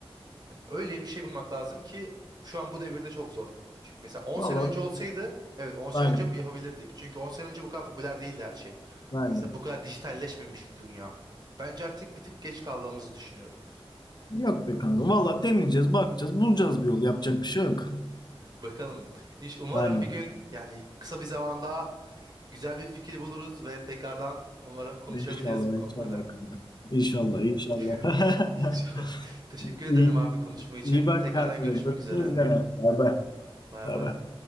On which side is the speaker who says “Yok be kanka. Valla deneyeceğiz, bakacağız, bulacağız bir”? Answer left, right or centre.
Left